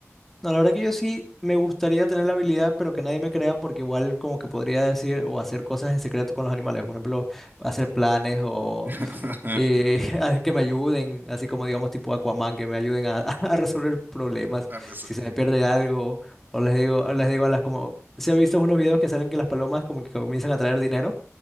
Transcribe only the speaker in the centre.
No, la verdad que yo sí me gustaría tener la habilidad, pero que nadie me crea, porque igual como que podría decir o hacer cosas en secreto con los animales, por ejemplo, hacer planes o
eh, <laughs> a que me ayuden, así como digamos tipo Aquaman, que me ayuden a, <laughs> a resolver problemas,
si se me pierde algo, o les digo, o les digo a las como, se ha visto unos videos que salen que las palomas como que comienzan a traer dinero,